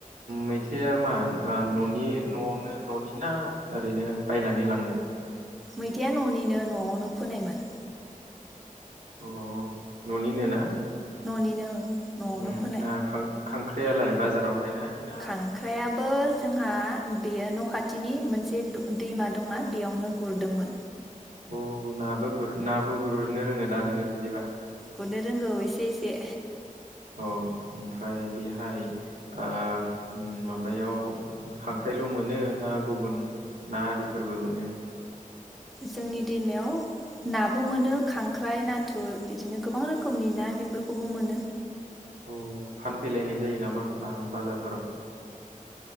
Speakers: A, on the right; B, in the centre.
A: मैथाया मा ओ ननि नआवनो ननि ना ओरैनो बायनानै लांनाय।
B: मैथाया न' निनो न'आवनो फोनायमोन।
A: अ न'निनो ना।
B: न' निनो ओं। न'आवनो
A: उम
B: फोनाय
A: आ खां खांख्रायालाय बाजाराव बायनाय? ना
B: खांख्रायाबो जोंहा बेयो न' खाथिनि मोनसे द दैमा दंना बेयावनो गुरदोंमोन।
A: अ नाबो नाबो गुरनो रोङो दा नोङो बिदिबा?
B: गुरनो रोंगौ एसे बेसे?
A: अ ओमफ्राय बेहाय ओ माबायाव खांख्राइल मोनो ना गुबुन ना आरिफोरबो मोनो।
B: जोंनि दैमायाव नाबो मोनो खांख्राइ नाथुर बिदिनो गोबां रोखोमनि ना बेफोरखौबो मोनो।
A: औ फानफैलायनाय जायो नामा बा बाजारफोराव?